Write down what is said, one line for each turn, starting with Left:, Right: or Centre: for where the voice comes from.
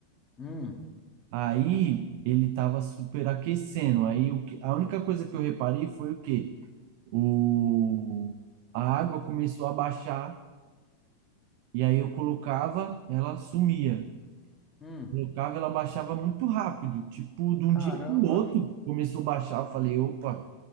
Left: Hum,
Right: Aí ele estava superaquecendo. Aí o que, a única coisa que eu reparei foi o quê? O a água começou a baixar e aí eu colocava, ela sumia.
Left: hum.
Right: Colocava, ela baixava muito rápido, tipo de um
Left: Caramba.
Right: dia para o outro começou a baixar. Eu falei, opa,